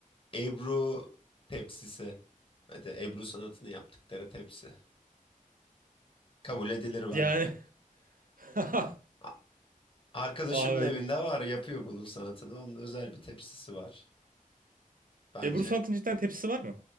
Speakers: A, on the left; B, on the right.
A: Ebru tepsisi. Hadi Ebru sanatını yaptıkları tepsi. Kabul edilir bence.
B: Yani <laughs>
A: A- Arkadaşımın
B: abi
A: evinde var yapıyor bunun sanatını. Onun özel bir tepsisi var. Bence
B: Ebru Sanat'ın cidden tepsisi var mı?